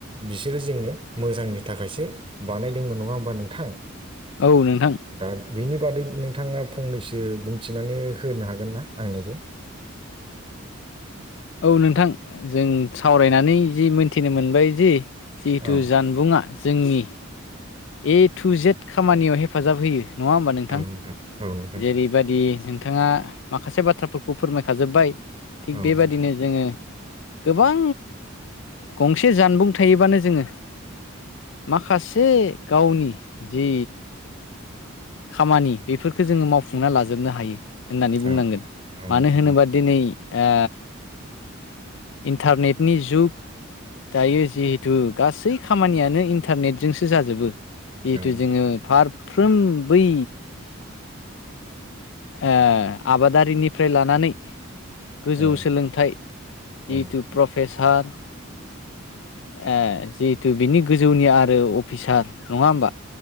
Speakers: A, on the right; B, on the left.
A: बिसोरो जोंनो मोजांनि थाखायसो बानायदोंमोन नङा होमबा नोंथां
B: औ नोंथां
A: दा बिनि बादै नोंथाङा फंनैसो बुंथिनानै होनो हागोन ना आंनोबो ओइ
B: औ नोंथां जों सावरायनानै जि मोनथिनो मोनबाय जि जिहेथु
A: औ
B: जानबुंङा जोंनि ए टु जेट खामानियाव हेफाजाब होयो नङा होमबा नोंथां
A: औ औ नोंथां
B: जेरैबायदि नोंथाङा माखासे बाथ्राफोरखौ फोरमायखाजोब्बाय थिग
A: औ
B: बेबादिनो
A: नोंथां
B: जोङो गोबां गंसे जानबुं थायोबानो जोङो माखासे गावनि जि खामानि बेफोरखौ जोङो मावफुंना लाजोबनो हायो होननानै बुंनांगोन
A: औ नोंथां
B: मानो होनोबा
A: औ
B: दिनै ओ इन्टारनेटनि जुग दायो जिहेथु गासै खामानियानो इन्टारनेटजोंसो जाजोबो जिहेथु
A: औ नोंथां
B: जोङो फारफ्रोम बै ओ आबादारिनिफ्राय लानानै गोजौ
A: औ
B: सोलोंथाइ
A: औ
B: जिथु प्रफेसार ए जिहेथु बिनि गोजौनि आरो अफिसार नङा होमबा